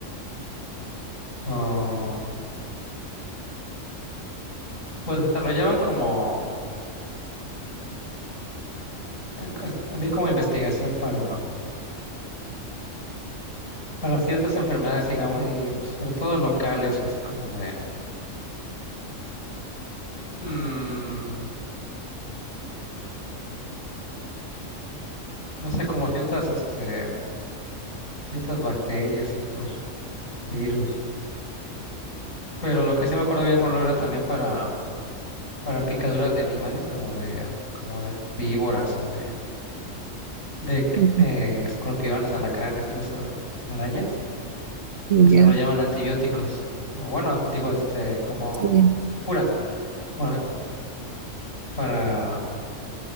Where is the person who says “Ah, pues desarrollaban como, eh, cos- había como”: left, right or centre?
Left